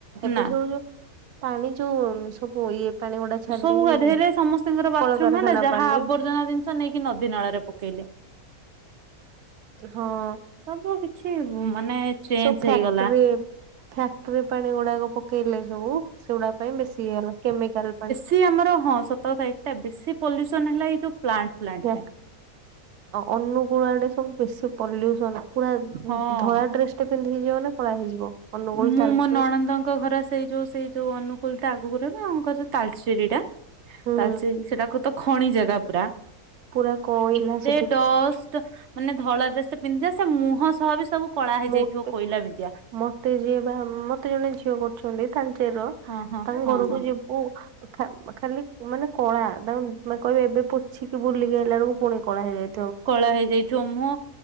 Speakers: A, on the right; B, on the right.
A: ଏବେ
B: ନା
A: ଯୋଉ ଯୋଉ ପାଣି ଯୋଉ ସବୁ ଇଏ ପାଣି ଗୁଡା ଛାଡିଲେନି
B: ସବୁ ଗାଧେଇଲେ
A: କି
B: ସମସ୍ତୀଙ୍କର ବାଥରୁମ୍
A: କଳକାରଖାନା
B: ହେଲା ଯାହା
A: ପାଣି
B: ଆବର୍ଜନା ଜିନିଷ ନେଇକି ନଦୀ ନାଳ ରେ ପକେଇଲେ।
A: ହଁ।
B: ସବୁ କିଛି ମାନେ ଚେଞ୍ଚ୍
A: ସବୁ ଫ୍ୟାକ୍ଟ୍ରି
B: ହେଇଗଲା।
A: ଫ୍ୟାକ୍ଟ୍ରି ପାଣି ଗୁଡାକ ପକେଇଲେ ସବୁ, ସେଗୁଡା ପାଇଁ ବେଶୀ ଇଏ ହେଲା। କେମିକାଲ ପାଣି।
B: ଟି ଆମର ହଁ, ସତକଥା ଏଇଟା ବେଶୀ ପଲ୍ୟୁସନ୍ ହେଲା ଏଇ ଯୋଉ ପ୍ଲାଣ୍ଟ। ଫ୍ଲାଣ୍ଟ
A: ହଁ,
B: ପାଇଁ
A: ଅନୁଗୁଳ ଆଡେ ସବୁ ବେଶୀ ପଲ୍ୟୁସନ। ପୁରା
B: ହଁ
A: ଧଳା ଡ୍ରେସ୍ ଟେ ପିନ୍ଧିକି ଯିବ ମାନେ କଳା ହେଇଯିବ। ଅନୁଗୁଳ
B: ମୁଁ
A: ତାଲଚେର
B: ମୋ ନଣନ୍ଦଙ୍କ ଘର ସେଇ ଯୋଉ ସେଇ ଯୋଉ ଅନୁଗୁଳ ଟା ଆଗକୁ ରହିବ ଆଙ୍କର ଯୋଉ ତାଲଚେରୀ ଟା
A: ହୁଁ
B: ତାଲଚେରୀ ସେଟାକୁ ତ ଖଣି ଜାଗା ପୁରା।
A: ପୁରା କୋଇଲା
B: ଏତେ
A: ସେଠି
B: ଡଷ୍ଟ ମାନେ ଧଳା ଡ୍ରେସ୍ ଟେ ପିନ୍ଧିଲେ ସେ ମୁହଁ ସହ ବି ସବୁ କଳା ହେଇଯାଇଥିବ
A: ମୋତେ
B: କୋଇଲା ମିତିଆ
A: ମୋତେ ଯିଏ ବା ମତେ ଜଣେ ଝିଅ କରିଛନ୍ତି ତାଳଚେର ର
B: ହଁ ହଁ
A: ତାଙ୍କ
B: ହଁ
A: ଘରକୁ
B: ହଁ
A: ଯିବୁ ଖା ଖାଲି ମାନେ କଳା। ତାଙ୍କ ମା କହିବେ ଏବେ ପୋଛିିକି ବୁଲିକି ଆଇଲା ବେଳକୁ ଫୁଣି କଳା ହେଇଯାଇ
B: କଳା ହେଇଯାଇଥିବ। ମୁଁ